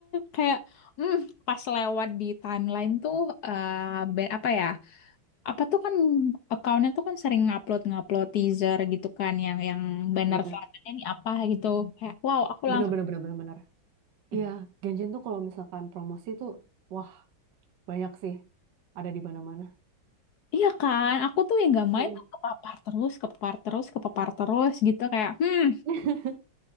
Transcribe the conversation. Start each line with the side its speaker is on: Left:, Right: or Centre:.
Left: kayak hmm, pas lewat di timeline tuh eh, be- apa ya? Apa tuh kan accountnya tuh kan sering ngupload ngupload teaser gitu kan yang yang banner
Right: Hmm.
Left: selanjutnya ini apa gitu. Kayak wow, aku
Right: Bener,
Left: langsung
Right: bener, bener, bener, bener.
Left: gitu."
Right: Iya, Genjin tuh kalau misalkan promosi tuh, wah banyak sih. Ada di mana-mana.
Left: Iya kan, aku tuh yang gak main
Right: Mm-mm.
Left: tuh kepapar terus, kepapar terus, kepapar terus gitu kayak, hmm,
Right: <laughs>